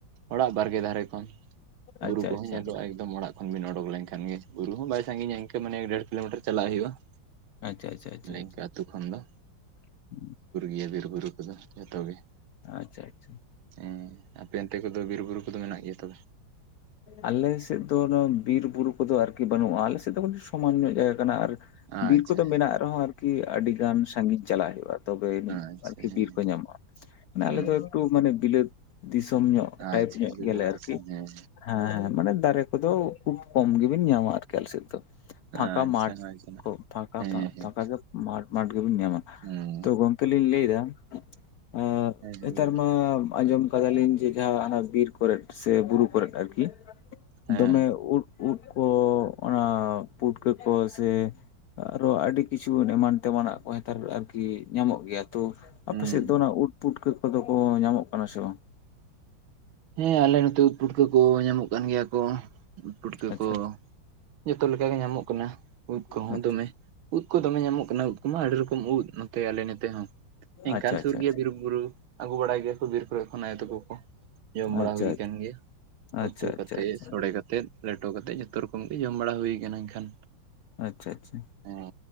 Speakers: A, on the right (about 90°); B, on the left (about 80°).
A: ᱚᱲᱟᱜ ᱵᱟᱨᱜᱮ ᱫᱷᱟᱨᱮ ᱠᱷᱚᱱ
B: ᱟᱪᱪᱷᱟ
A: ᱵᱩᱨᱩ ᱠᱚᱦᱚᱸ
B: ᱟᱪᱪᱷᱟ
A: ᱧᱮᱞᱚᱜᱼᱟ ᱮᱠᱫᱚᱢ ᱚᱲᱟᱜ, ᱛᱠᱷᱚᱱ ᱵᱤᱱ ᱚᱰᱚᱠ ᱞᱮᱱᱠᱷᱟᱱ ᱜᱮ ᱵᱩᱨᱩ ᱦᱚᱸ ᱵᱟᱭ ᱥᱟᱺᱜᱤᱧᱟ ᱤᱱᱠᱟᱹ ᱢᱟᱱᱮ ᱮᱠᱚ ᱰᱮᱲ ᱠᱤᱞᱳᱢᱤᱴᱟᱨ ᱪᱟᱞᱟᱜ ᱦᱩᱭᱩᱜᱼᱟ ᱾
B: ᱟᱪᱪᱷᱟ ᱟᱪᱪᱷᱟ ᱟᱪᱪᱷᱟ
A: ᱞᱤᱝᱠᱟᱹ
B: ᱟᱪᱪᱷᱟ
A: ᱟᱹᱛᱩ ᱠᱷᱚᱱ ᱫᱚ,
B: <unintelligible>
A: ᱤᱭᱟᱹ ᱵᱤᱨᱼᱵᱩᱨᱩ ᱠᱩᱫᱚ ᱡᱚᱛᱚ ᱜᱮ
B: ᱟᱪᱪᱷᱟ ᱟᱪᱪᱷᱟ
A: ᱮᱸ ᱟᱯᱮ ᱚᱱᱛᱮ ᱠᱚᱫᱚ ᱵᱤᱨ ᱵᱩᱨᱩ ᱠᱚᱫᱚ ᱢᱮᱱᱟᱜ ᱜᱮᱭᱟ ᱛᱚᱵᱮ?
B: ᱟᱞᱮ ᱥᱮᱫ ᱫᱚ ᱵᱤᱨ ᱵᱩᱨᱩ ᱠᱚᱫᱚ ᱟᱨᱠᱤ ᱵᱟᱹᱱᱩᱜᱼᱟ᱾ ᱟᱞᱮ ᱥᱮᱫ ᱫᱚ ᱥᱚᱢᱟᱱ ᱧᱚᱜ ᱡᱟᱭᱜᱟ ᱠᱟᱱᱟ ᱟᱨ
A: ᱟᱪᱪᱷᱟ
B: ᱵᱤᱨ ᱠᱚᱫᱚ
A: ᱦᱮᱸ
B: ᱢᱮᱱᱟᱜ ᱨᱮᱦᱚᱸ ᱟᱨᱠᱤ ᱟᱹᱰᱤ ᱜᱟᱱ ᱥᱟᱺᱜᱤᱧ ᱪᱟᱞᱟᱜ ᱦᱩᱭᱩᱜᱼᱟ᱾ ᱛᱚᱵᱮ ᱟᱹᱱᱤᱡ
A: ᱟᱪᱪᱷᱟ
B: ᱟᱨᱠᱤ
A: ᱦᱮᱸ
B: ᱵᱤᱨ ᱠᱚ ᱧᱟᱢᱚᱜᱼᱟ᱾ ᱢᱟᱱᱮ
A: ᱦᱩᱸ
B: ᱟᱞᱮ ᱫᱚ ᱮᱠᱴᱩ ᱢᱟᱱᱮ ᱵᱤᱞᱟᱹᱛ ᱫᱤᱥᱚᱢ ᱧᱚᱜ ᱴᱟᱭᱤᱯ
A: ᱟᱪᱪᱷᱟ
B: ᱧᱚᱜ
A: ᱵᱤᱞᱟᱹᱛ
B: ᱜᱮᱭᱟᱞᱮ ᱟᱨᱠᱤ᱾
A: ᱫᱤᱥᱚᱢ ᱦᱮᱸ
B: ᱦᱮᱸ ᱢᱟᱱᱮ ᱫᱟᱨᱮ ᱠᱚᱫᱚ ᱠᱷᱩᱵ ᱠᱚᱢ ᱜᱮᱵᱤᱱ ᱧᱟᱢᱟ ᱟᱨ ᱠᱮ ᱟᱞᱮ ᱥᱮᱫ ᱫᱚ ᱯᱷᱟᱸᱠᱟ
A: ᱟᱪᱪᱷᱟ
B: ᱢᱟᱴ
A: ᱟᱪᱪᱷᱟ ᱦᱮᱸ
B: ᱠᱚ ᱯᱷᱟᱸᱠᱟ
A: ᱦᱮᱸ
B: ᱯᱷᱟᱸ ᱯᱷᱟᱸᱠᱟ ᱜᱮ ᱢᱟᱴ ᱢᱟᱴ ᱜᱮᱵᱮᱱ ᱧᱟᱢᱟ᱾
A: ᱦᱩᱸ
B: ᱛᱚ ᱜᱚᱝᱠᱮ ᱞᱤᱧ ᱞᱟᱹᱭᱫᱟ ᱮᱸ
A: ᱦᱮᱸ
B: ᱱᱮᱛᱟᱨ
A: ᱞᱟᱹᱭ ᱵᱤᱱ
B: ᱢᱟᱻ ᱟᱸᱡᱚᱢ ᱠᱟᱫᱟᱞᱤᱧ ᱡᱮ ᱡᱟᱦᱟᱸ ᱦᱟᱱᱟ ᱵᱤᱨ ᱠᱚᱨᱮᱫ ᱥᱮ ᱵᱩᱨᱩ ᱠᱚᱨᱮᱫ ᱟᱨᱠᱤ
A: ᱦᱮᱸ
B: ᱫᱚᱢᱮ ᱩᱫ ᱩᱫ ᱠᱚ ᱚᱱᱟ ᱯᱩᱴᱠᱟᱹ ᱠᱚ ᱥᱮ ᱟᱨᱚ ᱟᱹᱰᱤ ᱠᱤᱪᱷᱩ ᱮᱢᱟᱱ ᱛᱮᱢᱟᱱᱟᱜ ᱠᱚ ᱦᱮᱛᱟᱨ ᱟᱨᱠᱤ ᱧᱟᱢᱚᱜ ᱜᱮᱭᱟ ᱛᱚ᱾
A: ᱦᱩᱸ
B: ᱟᱯᱮᱥᱮᱫ ᱫᱚ ᱚᱱᱟ ᱩᱫ ᱯᱩᱴᱠᱟᱹ ᱠᱚᱫᱚ ᱠᱚ ᱧᱟᱢᱚᱜ ᱠᱟᱱᱟ ᱥᱮ ᱵᱟᱝ?
A: ᱦᱮᱸ ᱟᱞᱮ ᱱᱚᱛᱮ ᱩᱫ ᱯᱩᱴᱠᱟᱹ ᱠᱚ ᱧᱟᱢᱚᱜ ᱠᱟᱱ ᱜᱮᱭᱟ ᱠᱚ᱾ ᱯᱩᱴᱠᱟᱹ
B: ᱟᱪᱪᱷᱟ
A: ᱠᱚ ᱡᱚᱛᱚ ᱞᱮᱠᱟᱜᱮ ᱧᱟᱢᱚᱜ ᱠᱟᱱᱟ᱾ ᱩᱫ ᱠᱚᱦᱚᱸ
B: ᱟᱪᱪᱷᱟ
A: ᱫᱚᱢᱮ ᱩᱫ ᱠᱚ ᱫᱚᱢᱮ ᱧᱟᱢᱚᱜ ᱠᱟᱱᱟ ᱩᱫ ᱠᱚᱢᱟ ᱟᱹᱰᱤ ᱨᱚᱠᱚᱢ ᱩᱫ ᱱᱚᱛᱮ ᱟᱞᱮ ᱱᱮᱛᱮ ᱦᱚᱸ᱾ ᱮᱝᱠᱟᱱ
B: ᱟᱪᱪᱷᱟ ᱟᱪᱪᱷᱟ
A: ᱥᱩᱨ ᱜᱮᱭᱟ ᱵᱤᱨᱼᱵᱩᱨᱩ ᱟᱹᱜᱩ ᱵᱟᱲᱟᱭ ᱜᱮᱭᱟᱠᱚ ᱵᱤᱨ ᱠᱚᱨᱮ ᱠᱷᱚᱱᱟ ᱟᱭᱚ ᱛᱟᱠᱚ ᱠᱚ᱾ ᱡᱚᱢ ᱵᱟᱲᱟ
B: ᱟᱪᱪᱷᱟ
A: ᱦᱩᱭ ᱟᱠᱟᱱ ᱜᱮᱭᱟ
B: ᱟᱪᱪᱷᱟ
A: ᱩᱛᱩ
B: ᱟᱪᱪᱷᱟ
A: ᱠᱟᱛᱮ ᱥᱚᱲᱮ ᱠᱟᱛᱮᱫ᱾ ᱞᱮᱴᱚ ᱠᱟᱛᱮᱜ ᱡᱷᱚᱛᱚ ᱨᱚᱠᱚᱢ ᱜᱮ ᱡᱚᱢ ᱵᱟᱲᱟ ᱦᱩᱭ ᱠᱟᱱᱟ ᱮᱱᱠᱷᱟᱱ᱾
B: ᱟᱪᱪᱷᱟ ᱟᱪᱪᱷᱟ᱾
A: ᱦᱮᱸ